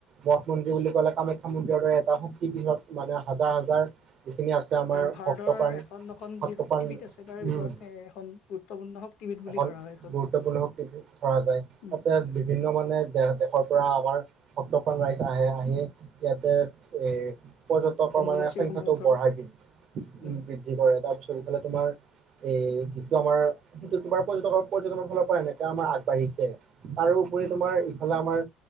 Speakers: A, on the right; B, on the left.
A: মঠ মন্দিৰ বুলি কলে কামাখ্যা মন্দিৰৰ দৰে এটা শক্তি পীঠত মানে হাজাৰ হাজাৰ যিখিনি আছে আমাৰ
B: এই ভাৰতৰ
A: ভক্তপ্ৰাণ
B: এখন এখন
A: ভক্তপ্ৰাণ
B: যি শক্তিপীঠ আছে তাৰে ভিতৰত
A: উম
B: এ এখন গুৰুত্বপূৰ্ণ শক্তিপীঠ বুলি
A: এখন
B: ধৰা হয় এইখন।
A: গুৰুত্বপূৰ্ণ শক্তি ধৰা যায়
B: উম,
A: তাতে
B: উম,
A: বিভিন্ন মানে দেহ দেশৰ পৰা আমাৰ সত্তখন ৰাইজ আহে আহি ইয়াতে এ পৰ্যটকৰ
B: অম্বুবাচীৰ
A: মানে সংখ্যাটো
B: সময়ত ধৰ
A: বঢ়াই দিয়ে
B: উম,
A: উ বৃদ্ধি কৰে তাৰপিছত ইফালে তোমাৰ এ যিটো আমাৰ সেইটো তোমাৰ পৰ্যটকৰ পৰ্যটনৰ ফালৰ পৰা এনেকাঁ আমাৰ আগবাঢ়িছে তাৰোপৰি
B: উম,
A: তোমাৰ
B: উম,
A: ইফালে আমাৰ